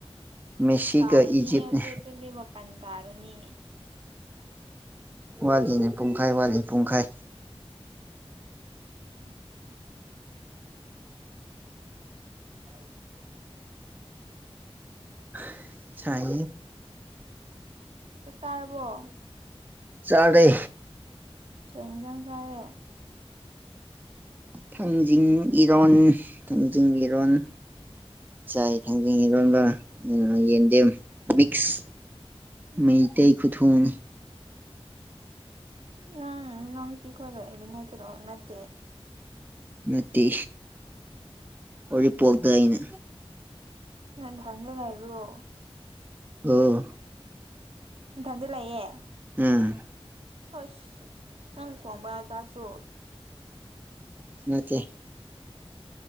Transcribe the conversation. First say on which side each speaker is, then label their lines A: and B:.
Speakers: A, on the right; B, on the right.
A: ꯃꯦꯁꯤꯒ
B: ꯇꯥꯔꯅꯤꯅꯦ
A: ꯏꯖꯤꯞꯅꯦ
B: ꯍꯧꯖꯤꯛ ꯑꯗꯨꯗꯤ ꯃꯄꯥꯟ ꯇꯥꯔꯅꯤꯌꯦ
A: ꯋꯥꯠꯂꯤꯅꯦ ꯄꯨꯡꯈꯥꯏ ꯋꯥꯠꯂꯤ ꯄꯨꯡꯈꯥꯏ
B: <inaudible> <unintelligible>
A: <unintelligible>
B: ꯆꯥꯛ ꯆꯥꯔꯕ‌ꯣ
A: ꯆꯥꯔꯦ
B: ꯀꯩ ꯏꯟꯖꯥꯡ ꯆꯥꯔꯦ
A: ꯊꯥꯡꯖꯤꯡ ꯏꯔꯣꯟ ꯊꯥꯡꯖꯤꯡ ꯏꯔꯣꯟ ꯆꯥꯏ ꯊꯥꯡꯖꯤꯝ ꯏꯔꯣꯟꯕ ꯎꯝ ꯌꯦꯟꯗꯦꯝ ꯃꯤꯛꯁ
B: ꯎꯝ
A: ꯃꯩꯇꯩ ꯈꯨꯨꯊꯣꯡ
B: <unintelligible>
A: ꯅꯠꯇꯦ ꯑꯣꯔꯤꯄꯣꯛꯇ ꯑꯩꯅ
B: ꯅꯊꯟꯗ ꯂꯩꯕ꯭ꯔꯣ
A: ꯑꯣ
B: ꯏꯊꯟꯗ ꯂꯩꯌ‌ꯦ
A: ꯎꯝ
B: ꯍꯁ ꯅꯪ ꯊꯣꯡꯕ ꯆꯥꯛꯁꯨ
A: ꯅꯠꯇ‌ꯦ